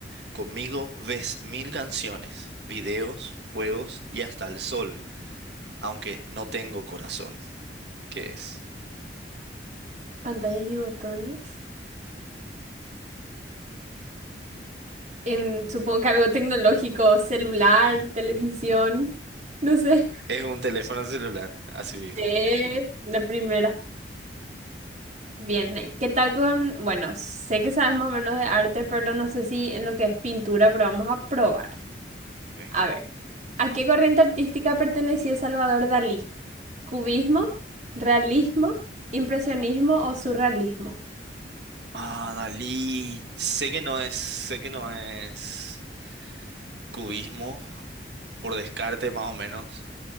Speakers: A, on the right (about 75°); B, on the right (about 40°).
A: Conmigo ves mil canciones, videos, juegos y hasta el sol, aunque no tengo corazón. ¿Qué es?
B: pantallas y botones. Em, supongo que algo tecnológico, celular,
A: Mm.
B: televisión, no sé.
A: Es un teléfono celular, así mismo.
B: Eh,
A: sí.
B: la primera. Bien, eh, ¿qué tal con, bueno, sé que sabes más o menos de arte, pero no sé si en lo que es pintura, pero vamos a probar.
A: Ok.
B: A ver, ¿a qué corriente artística pertenecía Salvador Dalí? ¿Cubismo,
A: Mm.
B: realismo, impresionismo o surrealismo?
A: Ah, Dalí, sé que no es, sé que no es cubismo, por descarte más o menos.